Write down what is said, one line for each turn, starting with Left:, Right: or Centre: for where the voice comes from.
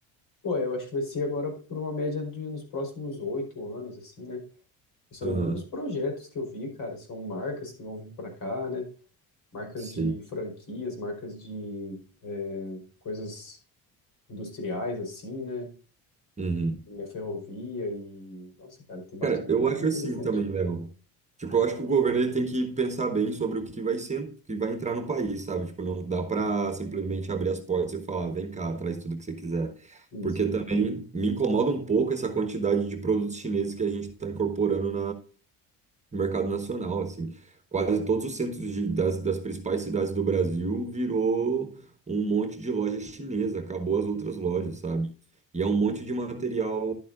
Left: Pô, eu acho que vai ser agora por uma média de nos próximos oito anos, assim, né? São
Right: Aham,
Left: inúmeros projetos que eu vi, cara. São marcas que vão vir para cá, né? marcas
Right: Sim.
Left: de franquias, marcas de é, coisas industriais, assim, né?
Right: Uhum.
Left: E a ferrovia e... Nossa, cara, tem bastante
Right: Cara, eu
Left: coisa
Right: acho
Left: interessante.
Right: assim também, Léo. Tipo, eu acho que o governo ele tem que pensar bem sobre o que vai ser, o que vai entrar no país, sabe? Tipo, não dá para simplesmente abrir as portas e falar, "Ah, vem cá, traz tudo que você quiser.
Left: Isso.
Right: Porque também me incomoda um pouco essa quantidade de produtos chineses que a gente está incorporando no mercado nacional, assim. Quase todos os centros de- das, das principais cidades do Brasil virou um monte de loja chinesa, acabou as outras lojas,
Left: Sim.
Right: sabe? E é um monte de material